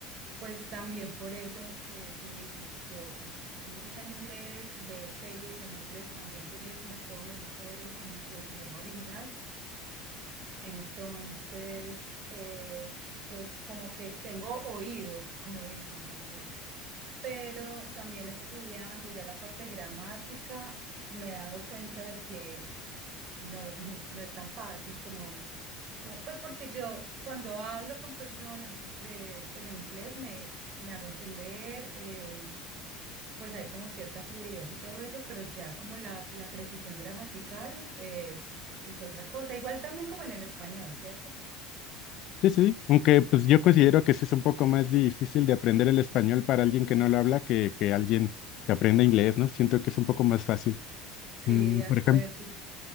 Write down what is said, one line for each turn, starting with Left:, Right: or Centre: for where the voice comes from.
Right: pues también por eso que tú dices, yo escucho música en inglés, veo series en inglés, también películas, todo me gusta verlo como en su idioma original. Entonces, eh, pues como que tengo oído, <laughs> como dicen también, pero también estudiando ya la parte gramática, me he dado cuenta de que no, no, no es tan fácil como, como, pues porque yo cuando hablo con personas de, pues en inglés me, me hago entender, eh, pues hay como cierta fluidez y todo eso, pero ya como la, la precisión gramatical es, es otra cosa, igual también como en el español, ¿cierto?
Left: Sí, sí, sí. aunque pues yo considero que sí es un poco más difícil de aprender el español para alguien que no lo habla que, que alguien que aprenda inglés, ¿no? Siento que es un poco más fácil.
Right: Sí,
Left: Mm,
Right: de
Left: por
Right: acuerdo.
Left: ejemplo,